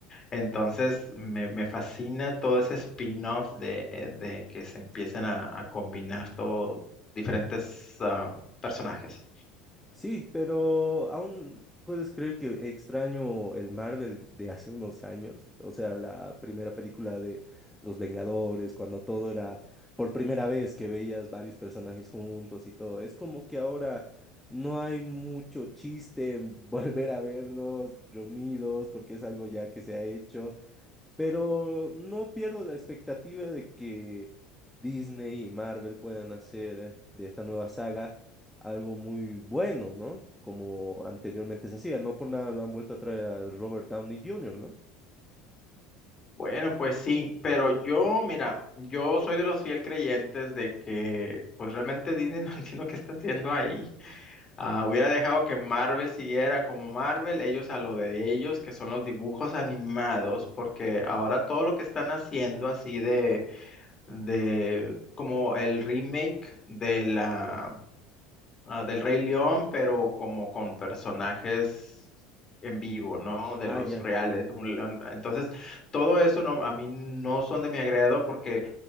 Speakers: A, on the left; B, in the centre.
A: Entonces, me, me fascina todo ese spin-off de, eh, de que se empiecen a, a combinar todo, diferentes ah, personajes.
B: Sí, pero aún puedes creer que extraño el Marvel de hace unos años, o sea, la primera película de Los Vengadores, cuando todo era por primera vez que veías varios personajes juntos y todo. Es como que ahora no hay mucho chiste en <laughs> volver a verlos reunidos porque es algo ya que se ha hecho. Pero no pierdo la expectativa de que Disney y Marvel puedan hacer eh, de esta nueva saga algo muy bueno, ¿no? Como anteriormente se hacía. No por nada lo han vuelto a traer a Robert Downey Jr., ¿no?
A: Bueno, pues sí, pero yo, mira, yo soy de los fiel creyentes de que, pues realmente Disney <laughs> no entiendo qué está haciendo ahí. Ah, hubiera dejado que Marvel siguiera como Marvel, ellos a lo de ellos, que son los dibujos animados, porque ahora todo lo que están haciendo así de, de como el remake de la ah, del Rey León, pero como con personajes en vivo, ¿no? De
B: Ah,
A: los
B: ya.
A: reales. un león. Entonces, todo eso no, a mí no son de mi agrado porque